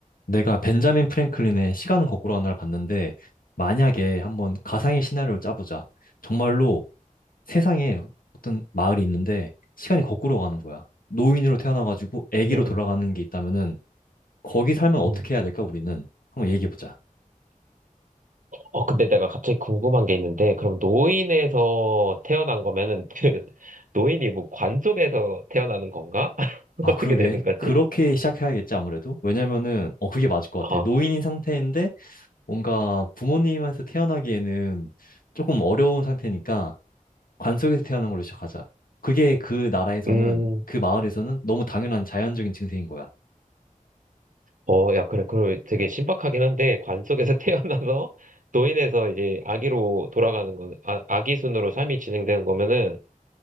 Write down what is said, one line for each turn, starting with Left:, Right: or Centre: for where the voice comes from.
Left: 내가 벤자민 프랭클린의 시간은 거꾸로 간다를 봤는데 만약에 한번 가상의 시나리오를 짜보자. 정말로 세상에 어떤 마을이 있는데 시간이 거꾸로 가는 거야. 노인으로 태어나가지고 아기로
Right: 응,
Left: 돌아가는
Right: 응,
Left: 게 있다면은 거기 살면 어떻게
Right: 응.
Left: 해야 될까 우리는 한번 얘기해보자.
Right: 어, 근데 내가 갑자기 궁금한 게 있는데, 그럼 노인에서 태어난 거면은, 그, <laughs> 노인이 뭐 관 속에서 태어나는 건가? <laughs>
Left: 아
Right: 어떻게
Left: 그러게
Right: 되는 거지?
Left: 그렇게 시작해야겠지 아무래도 왜냐면은 어 그게 맞을 것
Right: 아,
Left: 같아. 노인인 상태인데 뭔가 부모님한테 태어나기에는 조금 어려운 상태니까 관속에서 태어난 걸로 시작하자. 그게 그 나라에서는,
Right: 음,
Left: 그 마을에서는 너무 당연한 자연적인 증세인 거야.
Right: 어, 야, 그래, 그 되게 신박하긴 한데, 관 속에서 <laughs> 태어나서, 노인에서 이제 아기로 돌아가는 건, 아, 아기 순으로 삶이 진행되는 거면은,